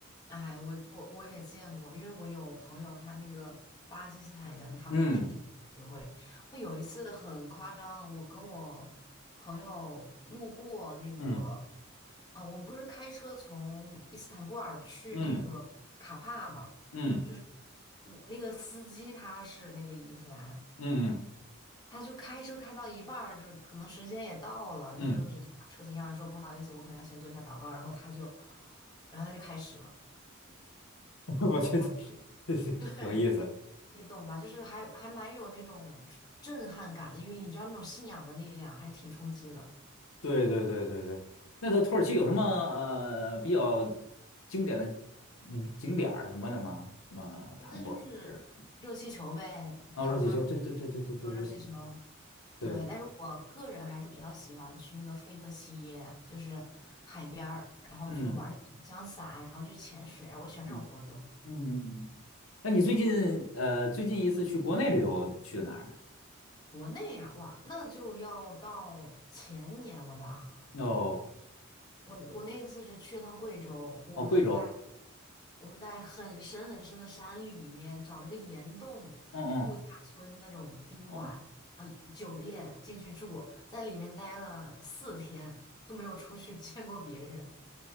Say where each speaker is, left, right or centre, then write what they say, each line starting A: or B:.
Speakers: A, on the left (about 20°); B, on the left (about 80°).
A: 哎，我我我也见过，因为我有朋友，他那个巴基斯坦人，他们就是第一次学会。
B: 嗯
A: 我有一次很夸张，我跟我朋友路过那个，
B: 嗯
A: 呃，我们不是开车从伊斯坦布尔去那个卡帕嘛，
B: 嗯嗯
A: 就是我那个司机他是那个伊斯兰，
B: 嗯
A: 他就开车开到一半儿，就是可能时间也到了，他就直接把车停下来说不好意思，
B: 嗯嗯，
A: 我可能要先做一下祷告，然后他就，然后他就开始了。
B: <laughs> 我觉得
A: 我我
B: <laughs>
A: 对，
B: 有意思。
A: 你懂吧？就是还还蛮有那种震撼感的，因为你知道那种信仰的力量还是挺冲击的。
B: 对对对对对，那个土耳其有什么呃比较经典的嗯景点儿什么的吗？什么坦博尔是？
A: 那就是热气球呗，
B: 哦，
A: 卡帕那
B: 热气球，对对对对对对，
A: 坐热气球。
B: 热气球，
A: 对，
B: 对，
A: 但是我个人还是比较喜欢去那个费特西耶，就是海边儿，然后去玩那个滑翔伞，
B: 嗯
A: 然后去潜水，我喜欢这种活动。
B: 嗯嗯嗯。嗯。那你最近呃最近一次去国内旅游去的哪儿呢？
A: 国内呀、哇，那就要到前年了吧？
B: 哦
A: 我我那一次是去了趟贵州，我们在
B: 哦，贵州，
A: 我们在很深很深的山里面找了个岩洞度假村那种宾馆，
B: 嗯嗯哦，
A: 呃，酒店进去住，在里面待了四天，都没有出去 <laughs> 见过别人。